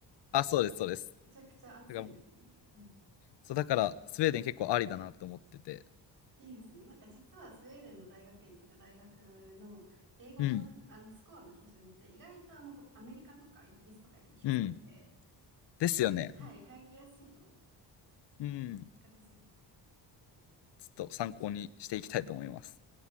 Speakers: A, on the left; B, on the right.
A: あ、そうです、そうです。
B: めちゃくちゃ暑いですね。
A: だから、
B: うん。
A: そう、だから、スウェーデン結構ありだなと思ってて、
B: いいですね。なんか実はスウェーデンの大学院とか大学の英語の、
A: うん、
B: あのスコアの基準って意外とあのほアメリカとかイギリスとかよりも低くて、
A: うん。ですよね。
B: はい、入りやすいと思います。
A: うん。
B: 比較すると。
A: ちょっと参考にしていきたいと思います。
B: はい。